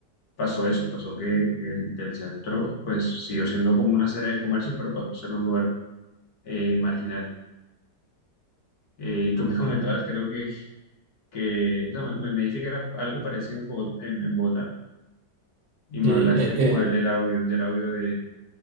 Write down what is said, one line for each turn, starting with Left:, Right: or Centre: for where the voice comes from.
Left: pasó eso, pasó que, que el, que el centro pues siguió siendo como una sede de comercio, pero pasó a ser un lugar eh, marginal. Eh, y tú me <laughs> comentabas, creo que que o sea, me, me- me dijiste que era algo parecido en, Bogotá, en, en Bogotá, y me
Right: Sí,
Left: hablaste
Right: eh,
Left: como
Right: eh,
Left: del, del audio, del audio de,